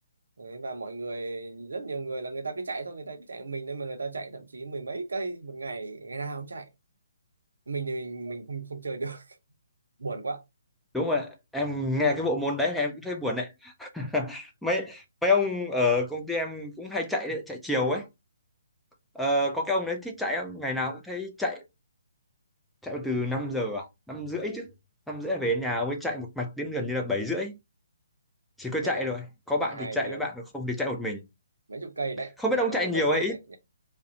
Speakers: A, on the right; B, in the centre.
A: đấy, và mọi người rất nhiều người là người ta cứ chạy thôi người ta cứ chạy một mình nên mà người ta chạy thậm chí mười mấy cây một ngày ngày nào cũng chạy mình thì mình mình không không chơi được <laughs> buồn quá
B: đúng rồi em nghe cái bộ môn đấy thì em cũng thấy buồn đấy <laughs> mấy mấy ông ở công ty em cũng hay chạy đấy, chạy chiều ấy Ờ, có cái ông đấy thích chạy lắm, ngày nào cũng thấy chạy chạy từ 5 giờ à năm rưỡi chứ năm rưỡi là về đến nhà mới chạy một mạch đến gần như là bảy rưỡi chỉ có
A: theo
B: chạy
A: đấy
B: rồi có
A: chạy
B: bạn
A: hai
B: thì chạy
A: tiếng
B: với bạn còn không thì chạy một mình
A: mấy chục cây đấy
B: không
A: chạy
B: biết ông
A: được
B: chạy
A: mười mấy
B: nhiều
A: cây
B: hay ít
A: đấy